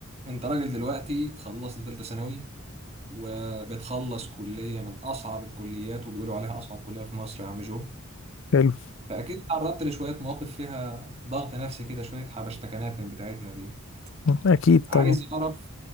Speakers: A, on the right; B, on the left.
A: انت راجل دلوقتي خلصت ثالثة ثانوي وبتخلص كلية من أصعب الكليات وبيقولوا عليها أصعب كلية في مصر يا عم جو
B: حلو
A: فأكيد تعرضت لشوية مواقف فيها ضغط نفسي كده شوية حبشتكنات من بتاعتنا دي
B: أكيد
A: عايز
B: طبعا
A: أعرف